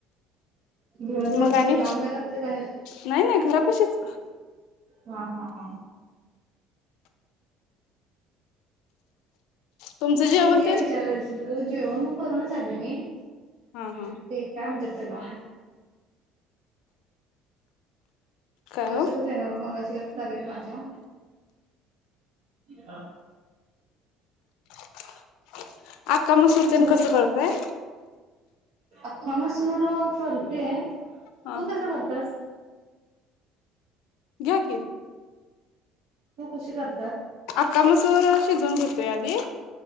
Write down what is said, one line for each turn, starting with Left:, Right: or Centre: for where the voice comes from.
Right: धून धुवायला
Left: मग
Right: कुठे
Left: आणि
Right: लांब जायला लागते काय बाहेर.
Left: नाही नाही घरापशीच
Right: हा हा हा.
Left: तुमचं जेवण
Right: ते हे विचारायच होतं. जेवन मग करून आली मी ते
Left: हा हा
Right: काय म्हणतात. त्याला
Left: काय
Right: लक्षातच
Left: हो
Right: येईना बघ मगाशी लक्षात आलेली माझ्या. हा.
Left: <inaudible> अख्खा मसूर तेन
Right: लक्ष
Left: कसं करताय?
Right: आख्खा मसूर करतोय
Left: हा
Right: तू कस करत्यास?
Left: घ्या की
Right: तु कशी कर
Left: अख्खा मसूर शिजवून घेतोय आधी